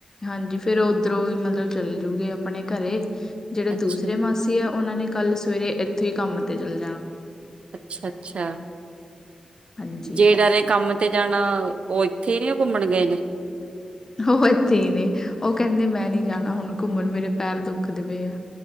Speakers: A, on the left; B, on the right.
A: ਹਾਂਜੀ ਫੇਰ ਔ ਓਧਰੋਂ ਈ ਮਤਲਬ ਚੱਲ ਜੂਗੇ ਆਪਣੇ ਘਰੇ, ਜੇੜੇ
B: ਅੱਛਾ
A: ਦੂਸਰੇ
B: ਅੱਛਾ
A: ਮਾਸੀ ਐ ਉਹਨਾਂ ਨੇ ਕੱਲ ਸਵੇਰੇ ਏਥੋਂ ਈ ਕੰਮ ਤੇ ਚੱਲ ਜਾਣਾ ਵਾ।
B: ਅੱਛਾ ਅੱਛਾ,
A: ਹਾਂਜੀ
B: ਜੇ ਦਾ ਦੇ ਕੰਮ ਤੇ ਜਾਣਾ, ਔ ਏਥੇ ਹੀ ਨੇ ਘੁੰਮਣ ਗਏ ਨੇ?
A: ਉਹ ਇੱਥੇ ਹੀ ਨੇ, ਉਹ ਕਹਿੰਦੇ ਮੈਂ ਨੀ, ਜਾਣਾ ਹੁਣ ਘੁੰਮਣ ਮੇਰੇ ਪੈਰ ਦੁੱਖਦੇ ਪਏ ਆ।